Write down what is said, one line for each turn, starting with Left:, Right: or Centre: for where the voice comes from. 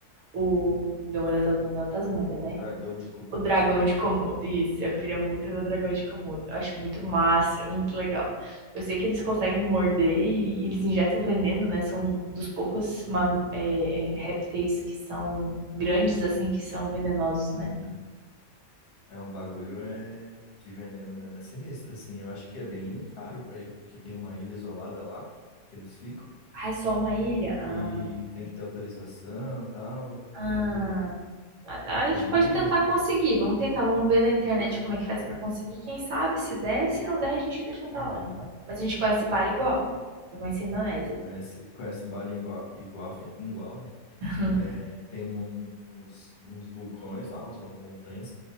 Right: O Demônio da Tasmânia é na Tasmânia, né?
Left: Dragão de Komodo.
Right: O dragão de Komodo, isso, eu queria muito ver o dragão de Komodo. Eu acho muito massa, é muito legal. Eu sei que eles conseguem morder e eles injetam veneno, né? São dos poucos mam- é, é, répteis que são grandes, assim, que são venenosos, né?
Left: Uhum. É um bagulho é de veneno mesmo, é sinistro, assim. Eu acho que é bem caro pra ir, porque tem uma ilha isolada lá que eles ficam
Right: Ah, é só uma ilha? Ah,
Left: e tem que ter autorização e tal
Right: ah.
Left: para
Right: Ah, tá,
Left: o turismo.
Right: A gente pode tentar conseguir. Vamos tentar, vamos ver na internet como é que faz pra conseguir. Quem sabe, se der, se não der, a gente deixa pra
Left: Uhum.
Right: lá, então. Mas a gente conhece Bali igual. Eu conheci a Indonésia.
Left: Conhece, conhece Bali igual, igual, <laughs> igual, né?
Right: <laughs>
Left: É, tem um- uns, uns vulcões lá, uns- umas montanhas